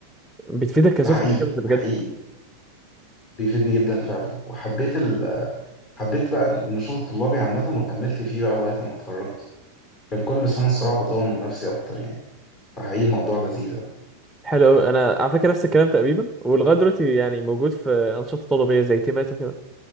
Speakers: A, in the centre; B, on the left.
A: بتفيدك كسوفت
B: ده حقيقي
A: سكيلز بجد
B: ده حقيقي بيفيدني جدا فعلا وحبيت ال... حبيت بقى النشاط الطلابي عامة وكملت فيه بقى لغاية ما اتخرجت كان كل سنة الصراحة بطور من نفسي أكتر يعني فحقيقي الموضوع لذيذ أوي
A: حلو قوي انا على فكرة نفس الكلام تقريبا ولغاية دلوقتي يعني موجود في انشطة طلابية زي تيمات وكده